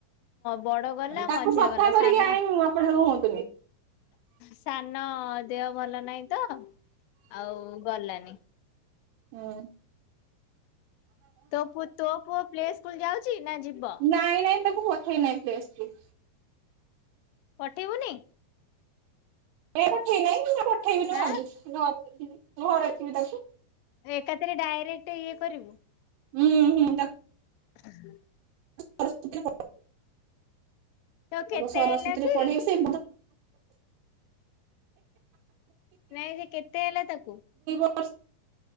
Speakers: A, on the left (about 85°); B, on the right (about 75°).
A: ବଡ ଗଲା
B: ତାକୁ
A: ମଝିଆ
B: ସଫା
A: ଗଲା
B: କରିକି
A: ସାନ
B: ଆଣିବି ଆପଣ ହୁଅନ୍ତୁନି।
A: ସାନ ଦେହ ଭଲ ନହିଁ ତ ଆଉ ଗଲାନି।
B: ହୁଁ
A: ତୋ ତୋ ପୁଅ ପ୍ଲେ ସ୍କୁଲ ଯାଉଛି ନା ଯିବ।
B: ନାଇଁ ନାଇଁ ତାକୁ ପଠେଇ ନହିଁ ପ୍ଲେ ସ୍କୁଲ୍।
A: ପଠେଇବୁନି।
B: ଏ ପଠେଇ ନହିଁ ମୁଁ ତା ପଠେଇବିଁ
A: ହଁ
B: ଭାବୁଛି ଘରେ ଘ ରଖିବି ତାକୁ।
A: ଏକାଥରେ ଡାଇରେକ୍ଟ ଇଏ କରିବୁ।
B: ହୁଁ ହୁଁ ତା।
A: ହ ହ
B: <unintelligible> ତାକୁ
A: ତ କେତେ
B: ସରସ୍ୱତୀରେ
A: ହେଲା କି
B: ପଢେଇକି ସେ।
A: ନାଇଁ ସେ କେତେ ହେଲା ତାକୁ।
B: <unintelligible> ଦୁଇ